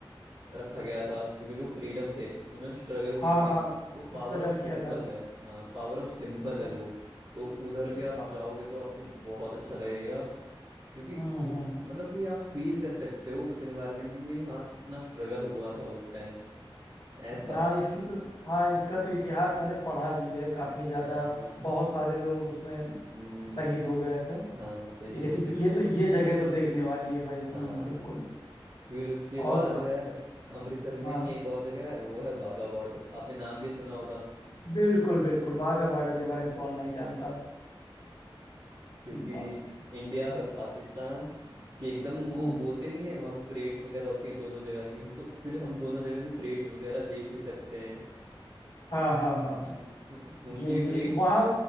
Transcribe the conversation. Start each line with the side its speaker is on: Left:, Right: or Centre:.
Right: रखा गया था क्योंकि जो फ्रीडम थे उन्होंने स्ट्रगल की
Left: हाँ
Right: थी
Left: हाँ
Right: वो पावर
Left: स्ट्रगल
Right: ऑफ सिंबल
Left: किया था
Right: है हाँ पावर ऑफ सिंबल
Left: हाँ
Right: है वो तो उधर भी आप
Left: वाह
Right: जाओगे तो आपको बहुत अच्छा लगेगा क्योंकि
Left: हम्म
Right: वो
Left: हम्म हम्म।
Right: मतलब कि आप फील कर सकते हो उस एनवायरनमेंट में भी हाँ कितना स्ट्रगल हुआ था उस टाइम ऐसा
Left: हाँ इसकी तो हाँ इसका तो इतिहास मैंने पढ़ा भी
Right: <laughs>
Left: है काफी ज्यादा
Right: हाँ
Left: बहुत सारे लोग उसमें
Right: हम्म,
Left: शहीद हो गए थे
Right: हाँ
Left: तो
Right: शहीद
Left: ये
Right: हो
Left: तो
Right: गए थे
Left: ये तो ये जगह तो देखने वाली है भाई हम्म,
Right: हाँ
Left: बिल्कुल
Right: फिर उसके
Left: और
Right: बाद
Left: कहाँ-
Right: है अमृतसर में
Left: हाँ
Right: ही एक और जगह है वो है बाघा बॉर्डर आपने नाम भी सुना होगा
Left: बिल्कुल बिल्कुल वाघा बॉर्डर के बारे में कौन नहीं जानता
Right: क्योंकि
Left: बा-
Right: इंडिया और पाकिस्तान के एकदम वो
Left: हम्म,
Right: बोलते नहीं है वहाँ पे परेड्स वगैरह होती हैं दोनों जगह की हम तो फिर हम दोनों जगह की परेड वगैरह देख भी सकते हैं
Left: हाँ हाँ हाँ
Right: हम- उनकी
Left: ये भी
Right: भी परेड
Left: है। वहाँ